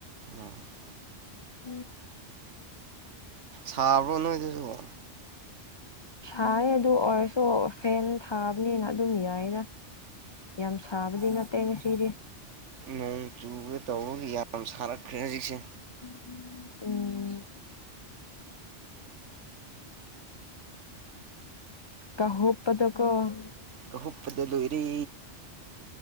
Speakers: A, on the right; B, on the left.
A: ꯎꯝ <unintelligible>
B: <inaudible>
A: ꯁꯥꯕ꯭ꯔꯣ ꯅꯣꯏꯗꯁꯨ
B: ꯁꯥꯏꯌꯦ ꯑꯗꯨ ꯑꯣꯏꯔꯁꯨ ꯐꯦꯟ ꯊꯥꯕꯅꯤꯅ ꯑꯗꯨꯝ ꯌꯥꯏꯗ꯫ ꯌꯥꯝ ꯁꯥꯕꯗꯤ ꯅꯠꯇꯦ ꯉꯁꯤꯗꯤ
A: ꯅꯣꯡ ꯆꯨꯒꯦ ꯇꯧꯕꯒꯤ ꯌꯥꯝ ꯁꯥꯔꯛꯈ꯭ꯔꯦ ꯍꯖꯤꯛꯁꯦ
B: <inaudible> ꯎꯝ ꯀꯍꯣ ꯄꯗ ꯀꯣ <unintelligible>
A: ꯀꯥꯍꯨꯞꯄꯗ ꯂꯣꯏꯔꯦ